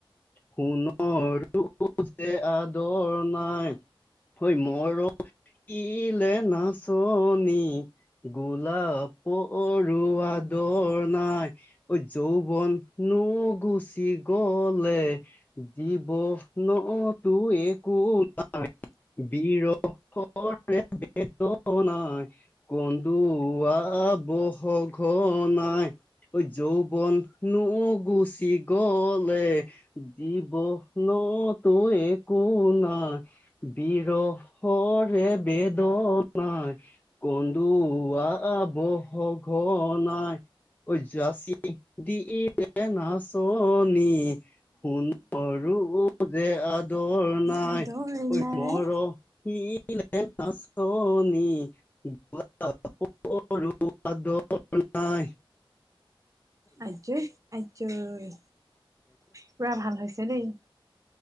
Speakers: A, on the left; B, on the right.
A: সোণৰো যে আদৰ নাই। অই, মৰম দিলে নাচনী! গোলাপৰো আদৰ নাই। ঐ, যৌৱননো গুচি গলে! জীৱ নতো একো নাই বিৰহৰে বেদনাই, কন্দুৱাব সঘনাই! ঐ যৌৱননো গুচি গলে জীৱনতো একো নাই। বিৰহৰে বেদনাই কন্দুৱাব সঘনাই। ঐ, যাচি দিলে নাচনী সোণৰো যে আদ দৰ নাই!
B: আদৰি
A: ঐ,
B: নাই
A: মৰহি দিলে নাচনী, গোলাপৰো আদৰ নাই!
B: আজৈ, আজৈ পুৰা ভাল হৈছে দেই।